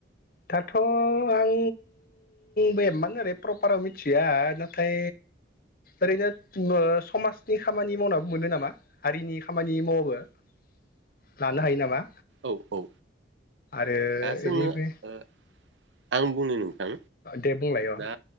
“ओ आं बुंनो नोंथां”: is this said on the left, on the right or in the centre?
Right